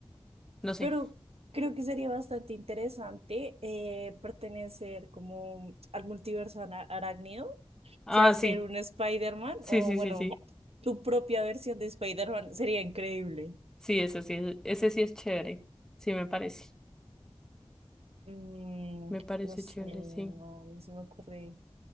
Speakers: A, in the centre; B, on the right.
A: no sé.
B: pero creo que sería bastante interesante eh, pertenecer como al multiverso ara- arácnido, o
A: Ah,
B: sea, ser
A: sí,
B: un Spider-Man
A: sí,
B: o
A: sí,
B: bueno,
A: sí, sí.
B: tu propia versión de Spider-Man sería increíble.
A: Sí, eso sí, es- ese sí es chévere. Sí, me parece.
B: Mm,
A: Me parece
B: no sé,
A: chévere,
B: no,
A: sí.
B: no se me ocurre